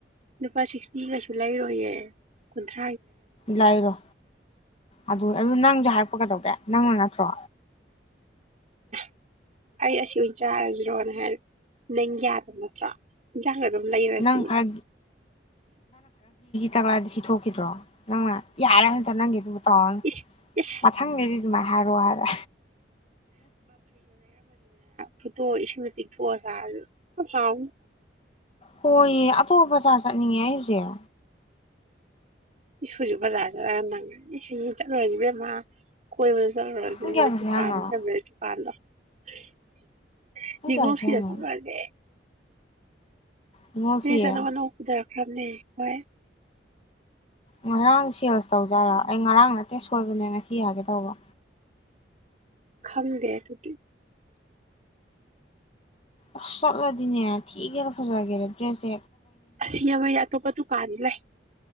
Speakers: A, on the right; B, on the left.
A: ꯂꯨꯄꯥ ꯁꯤꯛꯁꯇꯤꯒꯤꯀꯩꯁꯨ ꯂꯩꯔꯣꯏꯌꯦ ꯀꯨꯟꯊ꯭ꯔꯥ
B: ꯂꯩꯔꯣ ꯑꯗꯨ ꯑꯗꯨ ꯅꯪꯁꯨ ꯍꯥꯏ ꯀꯗꯧꯒꯦ ꯅꯪꯅ ꯅꯠꯇ꯭ꯔꯣ
A: <inaudible> ꯑꯩ ꯑꯁꯤ ꯑꯣꯏꯅ ꯆꯥꯔꯁꯤꯔꯣꯅ ꯍꯥꯏ ꯅꯪ ꯌꯥꯗꯕ ꯅꯠꯇ꯭ꯔꯣ ꯆꯪꯑ ꯑꯗꯨꯝ ꯂꯩꯔꯁꯤꯅ
B: ꯅꯪ ꯈꯔ ꯇꯛꯂꯑꯗꯤ ꯁꯤ ꯊꯣꯛꯈꯤꯗ꯭ꯔꯣ ꯅꯪꯅ ꯌꯥꯔꯦ ꯍꯦꯛꯇ ꯅꯪꯒꯤ ꯑꯗꯨꯝꯕ ꯇꯧꯔꯅꯨ
A: ꯏꯁ ꯏꯁ
B: ꯃꯊꯪꯗꯩꯗꯤ ꯑꯗꯨꯃꯥꯏꯅ ꯍꯥꯏꯔꯣ ꯍꯥꯏꯕ
A: ꯐꯇꯣꯛꯑꯒ ꯏꯁꯤꯡꯗ ꯇꯤꯡ ꯊꯣꯛꯑꯒ ꯆꯥꯔꯁꯨ ꯍꯥꯎꯅꯤ
B: ꯍꯣꯏꯌꯦ ꯑꯗꯣ ꯕꯖꯥꯔ ꯆꯠꯅꯤꯡꯉꯦ ꯑꯩ ꯍꯧꯖꯤꯛ
A: ꯏꯁ ꯍꯧꯖꯤꯛ ꯕꯖꯥꯔ ꯆꯠꯂꯒ ꯅꯪ ꯑꯅꯤ ꯍꯌꯦꯡ ꯆꯠꯂꯨꯔꯁꯤ ꯏꯕꯦꯝꯃ ꯀꯣꯏꯕ ꯆꯠꯂꯨꯔꯁꯤ
B: ꯄꯨꯡ ꯀꯌꯥ
A: ꯃꯣꯏ
B: ꯆꯠꯁꯦ
A: ꯗꯨꯀꯥꯟ
B: ꯍꯥꯏꯅꯣ
A: ꯍꯦꯝꯕꯩ ꯗꯨꯀꯥꯟꯗꯣ <inaudible>
B: ꯄꯨꯡ
A: ꯉꯤꯉꯣꯜ
B: ꯀꯌꯥ ꯆꯠꯁꯦ
A: ꯐꯤꯗ
B: ꯍꯥꯏꯅꯣ
A: ꯆꯠꯂꯨꯔꯖꯦ
B: ꯏꯉꯣꯜꯐꯤꯌꯦ
A: ꯐꯤ ꯑꯅꯧ ꯑꯅꯧꯕ ꯄꯨꯗꯔꯛꯄꯅꯤ <inaudible>
B: ꯉꯔꯥꯡ ꯁꯦꯜꯁ ꯇꯧꯖꯥꯠꯔꯣ ꯑꯩ ꯉꯔꯥꯡ ꯅꯠꯇꯦ ꯁꯣꯏꯕꯅꯦ ꯉꯁꯤ ꯍꯥꯌꯒꯦ ꯇꯧꯕ
A: ꯈꯝꯗꯦ ꯑꯗꯨꯗꯤ
B: ꯑꯁ ꯆꯠꯂꯗꯤꯅꯦ ꯊꯤꯒꯦꯔ ꯐꯖꯒꯦꯔꯥ ꯗ꯭ꯔꯦꯁꯦ
A: ꯁꯤꯡꯖꯃꯩꯗ ꯑꯇꯣꯞꯄ ꯗꯨꯀꯥꯟꯗꯤ ꯂꯩ